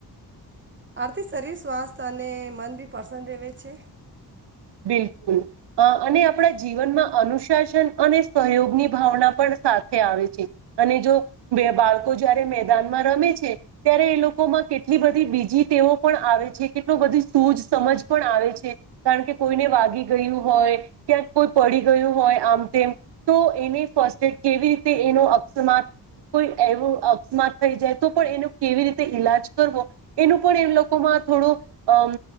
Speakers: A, on the right; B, on the right.
A: આરથી શરીર સ્વાસ્થ અને મન બી પર્શન રેવે છે.
B: બિલકુલ અ અને આપણા જીવનમાં અનુશાસન અને સહયોગની ભાવના પણ સાથે આવે છે અને જો બે બાળકો જયારે મેદાનમાં રમે છે ત્યારે એ લોકોમાં કેટલી બધી બીજી ટેવો પણ આવે છે કેટલુ બધી સૂજ સમજ પણ આવે છે કારણ કે કોઈને વાગી ગયું હોય, ક્યાંક કોઈ પડી ગયું હોય, આમ તેમ તો એને ફર્સ્ટ એડ કેવી રીતે એનો અકસ્માત કોઈ એવો અકસ્માત થઈ જાય તો પણ એનો કેવી રીતે ઈલાજ કરવો એનું પણ એમ લોકોમાં થોડું અમ